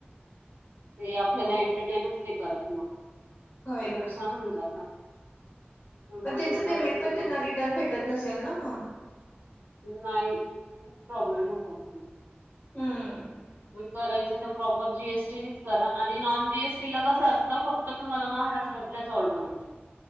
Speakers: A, on the right; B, on the left.
A: ते आपल्याला
B: हो
A: एंटरटेनच नाही करत मग.
B: होय
A: ते
B: ना
A: नुकसान होऊन जातं. त्यामुळे
B: पण त्यांचं
A: मग
B: पेमेंट
A: करायचं
B: पण
A: तर
B: त्यांना रिटर्न भेटत नसेल ना मग?
A: नाही. खूप प्रॉब्लेम होत असतील.
B: हम्म
A: करायचं तर प्रॉपर जी एस टी नेच करा आणि नॉन जी एस टी ला कसं असतं फक्त क्त तुम्हाला महाराष्ट्रातल्याच ऑर्डर येतील.